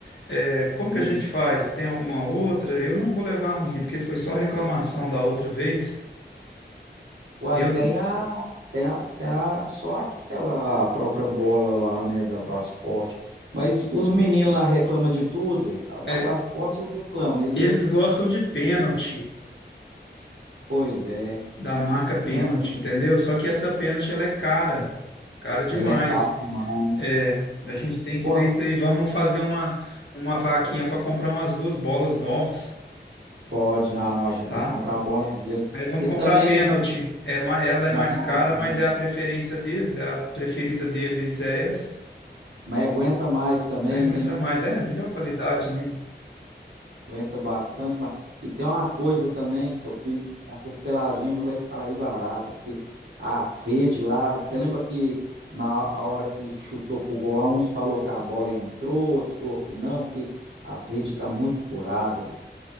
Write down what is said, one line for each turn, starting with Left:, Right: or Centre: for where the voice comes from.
Left: É, como
Right: Hum.
Left: que a gente faz? Tem alguma outra? Eu não vou levar a minha, porque foi só reclamação da outra vez.
Right: Uai,
Left: Eu,
Right: tem a, tem a, tem a, só aquela própria bola lá, né, da Prasport. Mas os meninos lá reclamam de tudo. hein? A da
Left: é,
Right: Prasport eles reclamam. E
Left: eles
Right: eles,
Left: gostam de pênalti,
Right: pois é.
Left: da marca pênalti,
Right: Não,
Left: entendeu? Só que essa pênalti ela é cara, cara demais.
Right: ela é cara demais.
Left: É, a gente tem que
Right: Com
Left: ver isso aí. Vamos fazer uma, uma vaquinha para comprar umas duas bolas novas,
Right: Pode, não, não, a gente
Left: tá?
Right: tem que comprar a bola mesmo.
Left: Aí vamos
Right: Porque
Left: comprar
Right: também
Left: pênalti. É, ma- ela é
Right: na
Left: mais
Right: compra,
Left: cara,
Right: tudo,
Left: mas
Right: né?
Left: é a preferência deles, é a preferida deles é essa.
Right: mas aguenta mais também,
Left: Aí aguenta
Right: né?
Left: mais, é melhor qualidade, né?
Right: Aguenta bastante mais. E tem uma coisa também, só que essas peladinhas não vai sair barata, porque as redes lá, você lembra que na a hora que chutou pro gol lá, uns falou que a bola entrou, outros falou que não, porque as redes tá muito furada, velho.